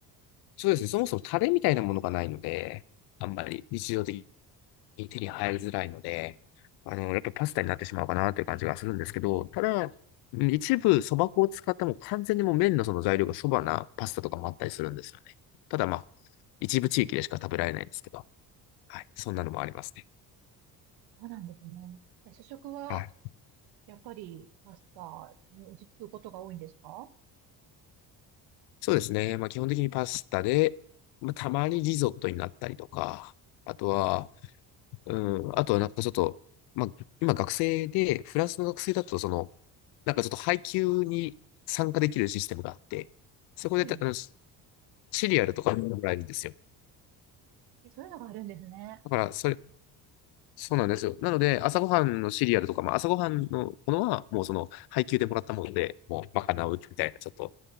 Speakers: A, on the left; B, on the right.
A: そうですね。そもそもタレみたいなものがないので、あんまり日常的に手に入りづらいので、あの、やっぱりパスタになってしまうかなという感じがするんですけど、ただ、うん一部そば粉を使ったもう完全にもう麺のその材料がそばなパスタとかもあったりするんですよね。ただまあ、一部地域でしか食べられないんですけど、はい、そんなのもありますね。
B: そうなんですね。で主食は、
A: はい。
B: やっぱりパスタに落ち着くことが多いんですか
A: そうですね。まあ基本的にパスタで、まあたまにリゾットになったりとか、あとは、うん、あとはなんかちょっと、まあ今学生で、フランスの学生だとその、なんかちょっと配給に参加できるシステムがあって、そこでた、
B: ええ。
A: あの、シシリアルとかもらえるんですよ。
B: え、そういうのがあるんですね。
A: だから、それ、そうなんですよ。なので、朝ごはんのシリアルとか、まあ、朝ごはんのものは、もうその、配給でもらったもので、もう、賄うみたいな、ちょっと、